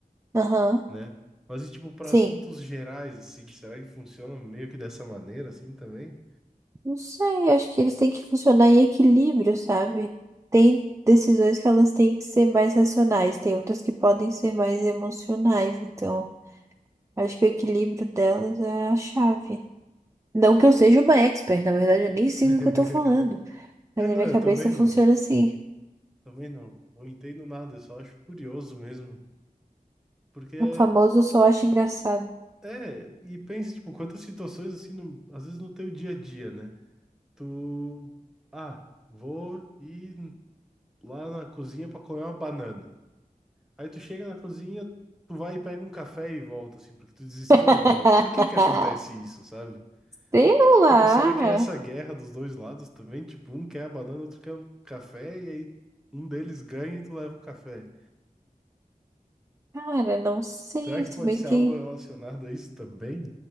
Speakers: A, on the right (about 20°); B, in the centre.
A: aham.
B: né? Mas e tipo, para
A: Sim.
B: assuntos gerais, assim, será que funciona meio que dessa maneira, assim, também?
A: Não sei, acho que eles têm que funcionar em equilíbrio, sabe? Tem decisões que elas têm que ser mais racionais, tem outras que podem ser mais emocionais, então acho que o equilíbrio delas é a chave. Não que eu seja uma expert, na verdade, eu nem sei
B: <laughs>
A: o que eu tô falando. Mas
B: É,
A: na
B: não,
A: minha
B: eu
A: cabeça
B: também
A: funciona
B: não,
A: assim.
B: também não, não entendo nada, eu só acho curioso mesmo, porque...
A: O famoso só acho engraçado.
B: É, e pensa, tipo, quantas situações, assim, no- às vezes no teu dia a dia, né? tu, ah, vou ir lá na cozinha pra comer uma banana. Aí tu chega na cozinha, tu vai e pega um café e volta, assim, porque tu desistiu
A: <laughs>
B: da banana. Por que que acontece isso, sabe?
A: Sei lá.
B: Tipo, será que é essa guerra dos dois lados também? Tipo, um quer a banana, outro quer o café, e aí um deles ganha e tu leva o café.
A: Cara, não sei.
B: Será que pode
A: Também
B: ser
A: tem.
B: algo relacionado a isso também?